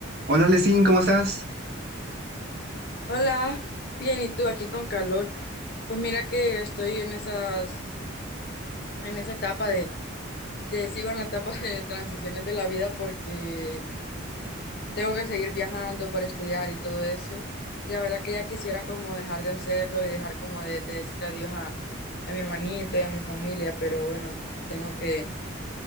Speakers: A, on the right (about 50°); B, on the left (about 50°).
A: Hola, Lesin, ¿cómo estás?
B: Hola, bien, ¿y tú aquí con calor? Pues mira que estoy en esas, en esa etapa de, de, sigo en la etapa <laughs> de transiciones de la vida porque tengo que seguir viajando para estudiar y todo eso. Y la verdad que ya quisiera como dejar de hacerlo y dejar como de, de decir adiós a, a mi hermanito y a mi familia, pero bueno, tengo que